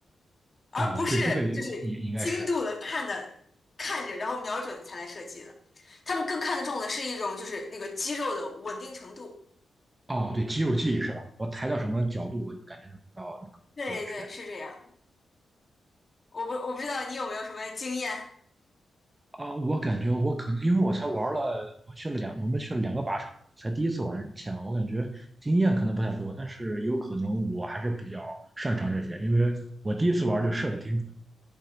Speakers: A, on the left (about 30°); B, on the right (about 15°).
A: 而不是就是精度的看的看着，
B: 哦，对，这个也也应该是。
A: 然后瞄准才来射击的。他们更看重的是一种就是那个肌肉的稳定程度。
B: 哦，对，肌肉记忆是吧？我抬到什么角度，我就感觉能达到那个，
A: 对对，
B: 是这样。
A: 是这样的。我不我不知道你有没有什么经验。
B: 啊，我感觉我可能因为我才玩了，我去了两，我们去了两个靶场，才第一次玩枪，我感觉经验可能不太多，但是有可能我还是比较擅长这些，因为我第一次玩就射的挺准，